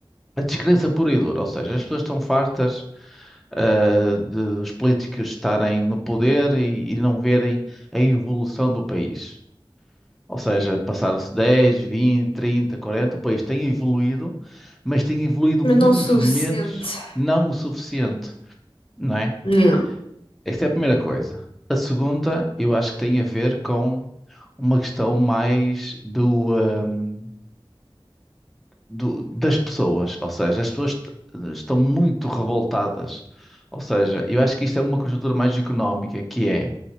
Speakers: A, in the centre; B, on the left.
A: a descrença pura e dura. Ou seja, as pessoas estão fartas, ah, de os políticos estarem no poder e, e não verem a evolução do país. Ou seja, passaram-se 10, 20, 30, 40. O país tem evoluído, mas tem evoluído
B: Mas
A: muito
B: não o suficiente.
A: menos, não o suficiente. não é?
B: Não.
A: Esta é a primeira coisa. A segunda, eu acho que tem a ver com uma questão mais do, hum, do- das pessoas. Ou seja, as pessoas t- estão muito revoltadas. Ou seja, eu acho que isto é uma conjuntura mais económica, que é